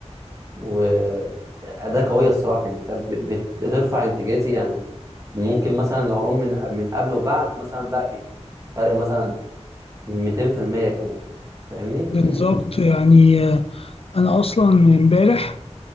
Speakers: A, on the right; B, on the left.
A: وأداة قوية الصراحة يعني فاهم؟ بت- بترفع إنتاجيتي يعني ممكن مثلا لو أقول من من قبل وبعد مثلا لا يعني فرق مثلا 200% كمان فاهمني؟
B: بالظبط
A: <clears throat>
B: يعني آه، انا اصلا امبارح